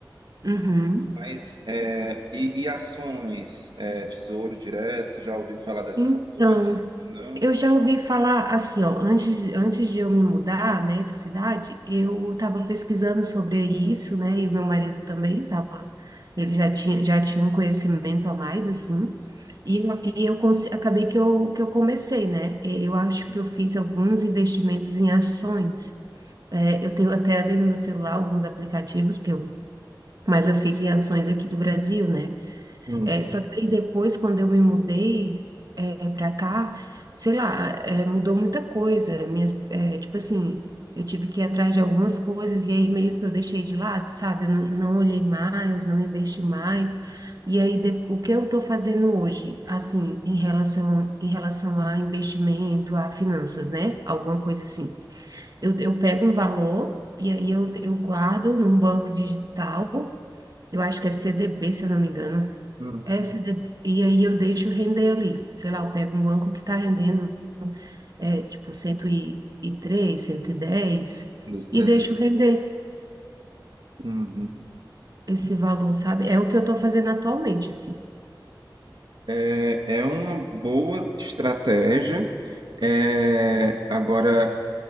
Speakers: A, on the right; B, on the right.
A: uhum.
B: Mas, é, e, e ações, é, Tesouro Direto, você já ouviu falar dessas
A: Então,
B: coisas? ou Não?
A: eu já ouvi falar assim, ó, antes, de- antes de eu me mudar, né, de cidade, eu estava pesquisando sobre isso, né, e o meu marido também estava, ele já tinha, já tinha um conhecimento a mais, assim, e, eu- e eu cons- acabei que eu, que eu comecei, né, e eu acho que eu fiz alguns investimentos em ações, É, eu tenho até ali no meu celular alguns aplicativos que eu, mas eu fiz em ações aqui do Brasil, né,
B: Uhum,
A: é, só que aí depois, quando eu me mudei é, para cá, sei lá, é, mudou muita coisa. Minhas, é, tipo assim, eu tive que ir atrás de algumas coisas e aí meio que eu deixei de lado, sabe? Eu não, não olhei mais, não investi mais. E aí, de- o que eu estou fazendo hoje, assim, em relação, em relação a investimento, a finanças, né? Alguma coisa assim. Eu, eu pego um valor e aí eu, eu guardo num banco digital, eu acho que é CDB, se eu não me engano.
B: uhum,
A: Essa de- E aí eu deixo render ali. Sei lá, eu pego um banco que está rendendo é, tipo cento e três, cento e dez
B: do CD.
A: e deixo render
B: Uhum.
A: esse valor, sabe? É o que eu estou fazendo atualmente, assim.
B: É, é uma boa estratégia. É, agora,